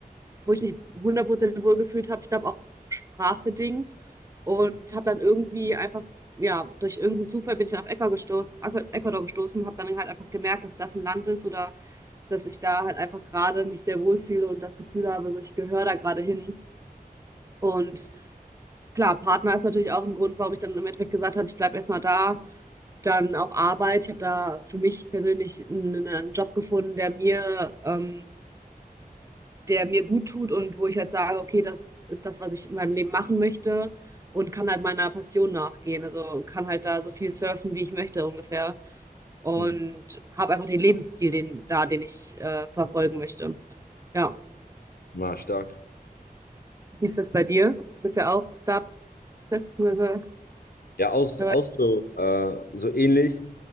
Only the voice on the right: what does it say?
wo ich mich 100% wohlgefühlt habe. Ich glaube auch sprachbedingt. Und habe dann irgendwie einfach, ja, durch irgendeinen Zufall bin ich dann auf Ecuador gestoßen, Aqua- Ecuador gestoßen, habe dann halt einfach gemerkt, dass das ein Land ist oder dass ich da halt einfach gerade mich sehr wohlfühle und das Gefühl habe, so ich gehöre da gerade hin. Und Klar, Partner ist natürlich auch ein Grund, warum ich dann im Endeffekt gesagt habe, ich bleibe erstmal da. Dann auch Arbeit. Ich habe da für mich persönlich einen, einen Job gefunden, der mir, ähm, der mir gut tut und wo ich halt sage, okay, das ist das, was ich in meinem Leben machen möchte und kann halt meiner Passion nachgehen. Also kann halt da so viel surfen, wie ich möchte ungefähr. Und
habe einfach den Lebensstil den, da, den ich äh, verfolgen möchte. Ja,
wie ist das bei dir? Du bist ja auch da, beziehungsweise
dabei.